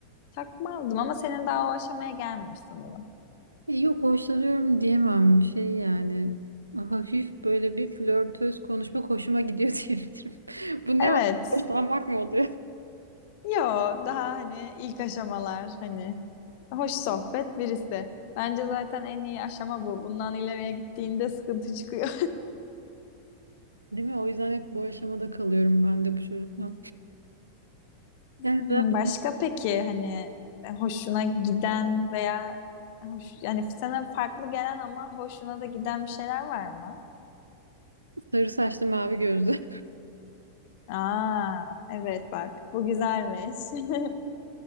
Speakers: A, on the left (about 45°); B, on the right (about 85°).
A: takmazdım ama senin daha o aşamaya gelmemiş sanırım.
B: E, Yok hoşlanıyorum diyemem şey yani hafif böyle bir flörtöz konuşma hoşuma gidiyor <laughs> diyebilirim. Bu ne
A: Evet.
B: oldu? Hoşlanmak mı oluyor?
A: Yo daha hani ilk aşamalar hani hoş sohbet birisi. Bence zaten en iyi aşama bu. Bundan ileriye gittiğinde sıkıntı çıkıyor.
B: Değil mi? O yüzden hep bu aşamada kalıyorum ben de bu çocukla. Yani
A: Hmm,
B: zaten
A: başka peki hani e, hoşuna giden veya hoş, yani sana farklı gelen ama hoşuna da giden bir şeyler var mı?
B: sarı saçlı mavi gözlü.
A: Aa, evet bak bu güzelmiş. <laughs>